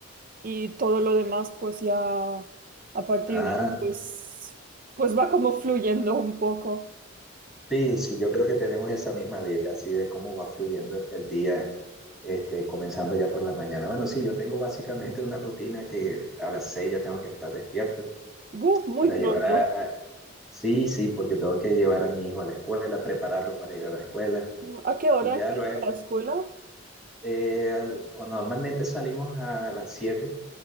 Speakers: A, on the right; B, in the centre.
A: y todo lo demás pues ya a partir
B: Ah,
A: de ahí pues, pues va como fluyendo un poco.
B: Sí, sí, yo creo que tenemos esa misma vibra, así de cómo va fluyendo el día, este, comenzando ya por la mañana. Bueno, sí, yo tengo básicamente una rutina que a las seis ya tengo que estar despierto
A: Buh, muy
B: para
A: pronto.
B: llevar a, a- Sí, sí, porque tengo que llevar a mi hijo a la escuela, prepararlo para ir a la escuela.
A: Mm, ¿A qué hora
B: Y ya
A: empieza
B: luego,
A: la escuela?
B: eh, o normalmente salimos a las siete,